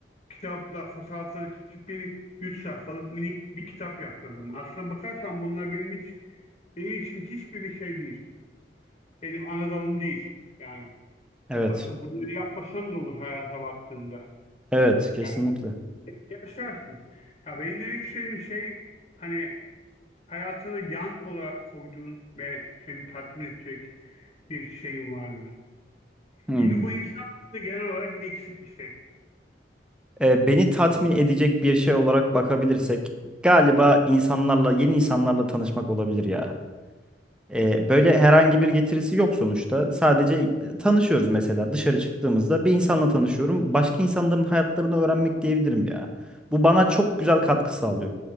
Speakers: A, on the left; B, in the centre.
A: kitapla fasalları seçip bir 100 sayfalık minik bir kitap yaptırdım. Aslına bakarsan bunlar benim hiç benim için hiçbir şey değil. Benim ana dalım değil. Yani
B: Evet.
A: aslında bunu yapmasan da olur hayata baktığında.
B: Evet, kesinlikle.
A: Yani yaşarsın. Ya benim demek istediğim şey hani hayatını yan olarak koyduğun ve seni tatmin edecek bir şeyin var mı?
B: Hmm,
A: Çünkü bu insanlarda genel olarak eksik bir şey.
B: E, beni tatmin edecek bir şey olarak bakabilirsek galiba insanlarla, yeni insanlarla tanışmak olabilir ya. E, böyle herhangi bir getirisi yok sonuçta. Sadece tanışıyoruz mesela dışarı çıktığımızda bir insanla tanışıyorum. Başka insanların hayatlarını öğrenmek diyebilirim ya. Bu bana çok güzel katkı sağlıyor.